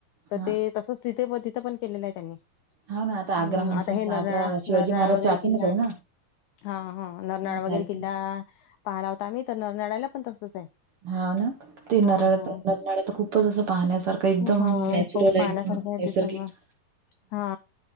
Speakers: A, on the left (about 85°); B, on the right (about 65°).
A: तर
B: हा
A: ते तसच तिथे पण तिथे पण केलेलं आहे त्यांनी.
B: हा ना, आता
A: हम्म
B: आग्र म्हणसां
A: आता हे नरनाळा
B: आग्रा, शिवाजी
A: नरनाळा
B: महाराजांच्या
A: वगैरे
B: आठवणच
A: किल्ला
B: आहे ना.
A: हा हा, नरनाळा
B: हा
A: वगैरे
B: लाल
A: किल्ला, पाहाला होता आम्ही तर नरनाळ्याला पण तसच आहे.
B: हा ना, ते
A: हा
B: नरळ
A: हा
B: नरनाळा तर खूपच असं पाहण्यासारखं एकदम
A: हा
B: नॅचरल
A: खूप
B: आहे
A: पाहण्यासारखं
B: एकदम नैसर्गिक.
A: आहे
B: नैसर्गिक
A: तिथं पण हा,